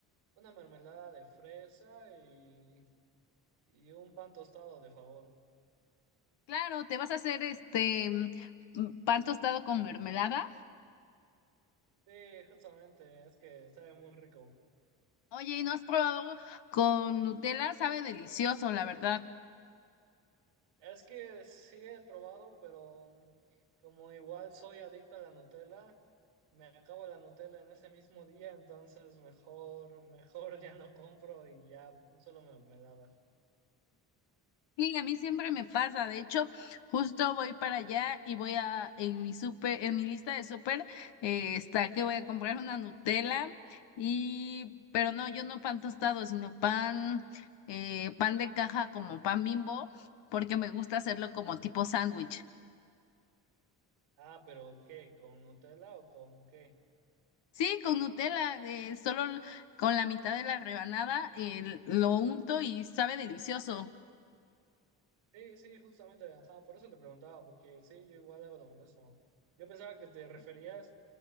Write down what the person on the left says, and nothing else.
Claro, ¿te vas a hacer este mm, pan tostado con mermelada?
Oye, ¿y no has probado con Nutella? Sabe delicioso, la verdad.
Sí, a mí siempre me pasa. De hecho, justo voy para allá y voy a, en mi súper, en mi lista de súper, eh, está que voy a comprar una Nutella y, pero no, yo no pan tostado, sino pan, eh, pan de caja como pan Bimbo, porque me gusta hacerlo como tipo sándwich.
Sí, con Nutella, eh, solo con la mitad de la rebanada, eh, lo unto y sabe delicioso.